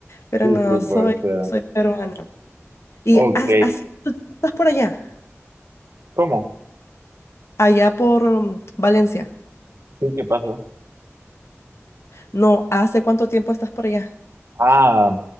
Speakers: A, on the left; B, on the right.
A: Pero
B: Sí,
A: no,
B: sí,
A: soy,
B: puede ser.
A: soy peruana. ¿Y
B: Ok,
A: has- hace cuánto tiempo estás por allá?
B: ¿cómo?
A: Allá por mm, Valencia.
B: Sí, ¿qué pasa?
A: No, ¿hace cuánto tiempo estás por allá?
B: Ah,